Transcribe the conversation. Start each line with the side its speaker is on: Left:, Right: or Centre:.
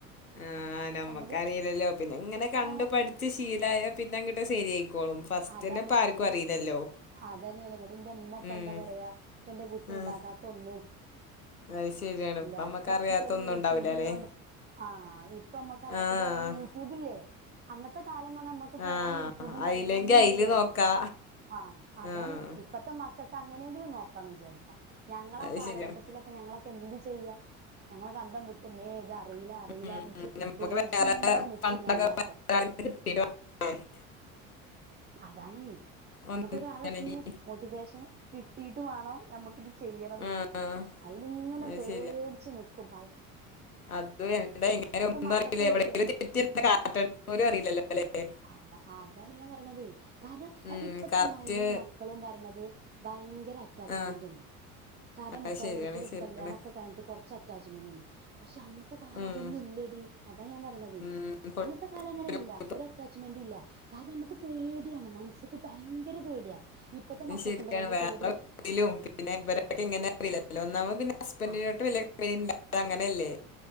Left: ആഹ് നമ്മക്കറിയില്ലല്ലോ
Right: നമ്മക്ക്
Left: പിന്നെ ഇങ്ങനെ കണ്ടു
Right: ആ
Left: പഠിച്ചു ശീലായ പിന്നെ അങ്‌ട്ട് ശരിയായി കോളും ഫസ്റ്റ്
Right: അതാണ്
Left: ന്നെ ഇപ്പ
Right: ഇങ്ങട്ട്
Left: ആർക്കും അറിയില്ലല്ലോ
Right: അതന്നെയാണ് ങ്ങട്ട് ന്റെ മ്മപ്പ
Left: ഉം
Right: എന്താ പറയാ ഇപ്പ എന്റെ കുട്ടി
Left: ആഹ്
Right: ണ്ടാക്കാത്ത ഒന്നും
Left: അത് ശരിയാണ്
Right: ല്ലറി
Left: ഇപ്പ നമ്മക്ക്
Right: കക്കൊരു
Left: അറിയാത്ത ഒന്നും
Right: യൂട്യൂബല്ലോണ്ട്
Left: ഉണ്ടാവൂലല്ലേ
Right: ആഹ് ഇപ്പ അമ്മക്ക് അറിയാത്തത്
Left: ആഹ്
Right: പറഞ്ഞാല് യൂട്യൂബില്ലേ അന്നത്തെ കാലമാണ് നമുക്ക് ഫോൺ
Left: ആഹ്
Right: യൂട്യൂബും
Left: അയില്ലെങ്കി
Right: കാര്യങ്ങളൊന്നും
Left: അയില്
Right: ഇല്ല ല്ലോ
Left: നോക്കാ
Right: അഹ് അതാണ്
Left: ആഹ്
Right: ഇപ്പത്തെ മക്കൾക്ക് അങ്ങനെങ്കിലും നോക്കാന്ന് വിചാരിക്കാ ഞങ്ങളാ
Left: അത്
Right: കാലഘട്ടത്തിലൊക്കെ
Left: ശരിയാണ്
Right: ഞങ്ങളൊക്കെ എന്ത് ചെയ്യാ ഞങ്ങളൊക്കെ അന്തം വിട്ട മേ ഇതാ അറീലല അറീല
Left: ഉം
Right: വിച്ച്
Left: ഉം നമ്മക്ക്
Right: പേട്ച്ച്ങ്ങനെ
Left: വേറെ
Right: നിക്കും
Left: പണ്ടൊക്കെ
Right: ഞങ്ങളൊക്കെ
Left: വേറെ ആരെങ്കിലും കിട്ടീട്ട് വേണം
Right: അതാണേ നമക്കൊരാളട്ത്ത്ന്ന്
Left: ഒന്നിച്ച് ചെയ്യണെങ്കി
Right: മോട്ടിവേഷൻ കിട്ടീട്ടു വാണം നമക്കിതു ചെയ്യണംന്ന്
Left: ആഹ്
Right: ണ്ടെങ്കി അയ് ല്ങ്ങനെ
Left: അത്
Right: പേടിച്ചു
Left: ശരിയാ
Right: നിക്കും പഴ
Left: അത് എന്താ ഇങ്ങനെ ഒന്നും
Right: മക്കൾക്കൊന്നും
Left: അറീല എവടെ
Right: പേ
Left: <unintelligible> പോലും അറീലല്ലോ ലേ
Right: അത അതാണ് ഞാ ൻ പറിണതെയ് കാരണം
Left: ഉം
Right: ഇപ്പത്തെ
Left: കറക്റ്റ്
Right: അമ്മായ്മിം മക്കളും പറിണത് ഭയ ങ്കര അറ്റാച്ച്മെന്റ്
Left: ആ
Right: ഉണ്ട് കാരണം
Left: അത്
Right: മുട്ടായി
Left: ശരിയാണ്
Right: എടുക്കലും
Left: ശരിയാണ്
Right: കല്യാണം ഒക്കെ കഴിഞ്ഞിട്ട് കൊറച്ച് അറ്റാച്ച്മെന്റ് ഇണ്ട്. പക്ഷെ അന്നത്തെ കാല
Left: ഉം
Right: അതൊന്നും ഇല്ലടി അതാ ഞാൻ പറിണതേയ്
Left: ഉം
Right: അന്നത്തെ കാലം അങ്ങനെ
Left: പൊട്ടൊരു
Right: ഇല്ല
Left: കൂട്ടം.
Right: ഒരു അറ്റാച്ച്മെന്റും ഇല്ല കാരണം നമുക്ക് പേടിയാണ് മനസ്ക്ക് ഭയങ്കര പേടിയാ ഇപ്പത്തെ
Left: നീ
Right: മക്കൾക്കുണ്ടോ
Left: ശരിയാണ്
Right: വല്ല
Left: വേ
Right: പേടിയും
Left: <unintelligible> <unintelligible> പിന്നെ ഇവരൊക്കെ എങ്ങനെ
Right: ആഹ്
Left: അറീലല്ലോ ഒന്നാമത് പിന്നെ ഹസ്ബൻഡിനേട്ട്
Right: ആഹ്
Left: വല്യെ <unintelligible> അതങ്ങനെല്ലേ